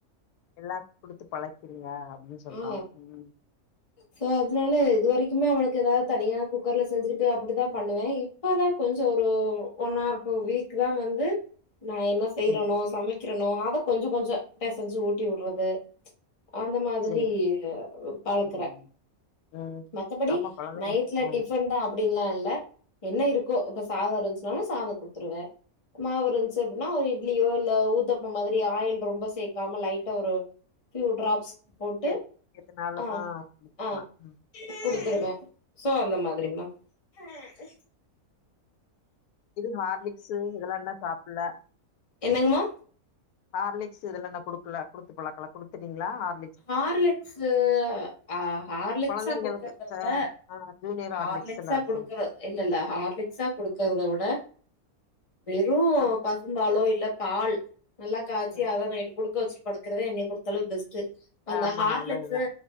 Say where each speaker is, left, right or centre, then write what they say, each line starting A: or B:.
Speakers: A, on the left; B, on the left.
A: எல்லா குடுத்து பழக்கிடுங்க அப்டின்னு சொல்றாங்க
B: ஆ
A: ம்
B: சோ அதனால இது வரைக்குமே அவனுக்கு எதாவுது தனியா குக்கர்ல செஞ்சுக்கிட்டு அப்டித்தா பண்ணுவே இப் இப்பதா கொஞ்சோ ஒரு ஒன் ஆர் டூ வீக் தா வந்து நா என்ன செய்றனோ
A: ம்
B: சமைக் கிறனோ அத கொஞ்சொ கொஞ்ச பெசஞ்சு ஊட்டி விட்றது அந்த மா
A: சேரி
B: ரி பழக்குறே
A: ம் ம்
B: மத்தபடி
A: ஆமா கொழந்தைங்க
B: நைட்ல
A: ம்
B: டிஃபன் தா அ ப்புடின்லா இல்ல என்ன இருக்கோ இப்ப சாத இருன்ச்சுனாலு சாத குடுத்துருவே மாவு இருந்ச்சு அப்டின்னா ஒரு இட்லியோ இல்ல ஊத்தப்பம் மாதிரி ஆயில் ரொம்ப சேக்காம லைட்டா ஒரு ஃபியூ டிராப்ஸ் போட்டு
A: எ எதுனாலு
B: ஆ
A: குடுத்துக்கலா
B: ஆ
A: ம்
B: குடுத்துருவே
A: சேரி சேரி
B: சோ அந்த மாதிரிமா
A: ம்
B: நைட்டு
A: இது ஹார்லிக்ஸு இதெல்லா இன்னு சாப்புட்ல
B: என்னங்கமா
A: ஹார்லிக்ஸ் இதெல்லா நா குடுக்கல குடுத்து பழக்கல குடுத்துட்டீங்ளா ஹார்
B: ஹார்லெக்ஸு ஆ ஹார்லிக்ஸா
A: கொழந்தைங்களுக்கு
B: குடுக்கற்த
A: ச
B: விட
A: ஆ ஜூனியர்
B: ஹார்லிக்ஸா
A: ஹார்லிக்ஸ் எல்லா இருக்கு
B: குடுக்குற இல்லெல்ல ஹார்லிக்ஸா குடுக்கறத விட வெறு
A: அப்-
B: ப சும்பாலோ இல்ல பால் நல்லா காச்சி
A: ம்
B: அத நைட்டு குடுக்க வச்சுட் படுக்குறதே என்னய பொறுத்தளவு பெஸ்ட்டு அந்த
A: ஆமா
B: ஹார்லிக்ஸு
A: நல்லதுதா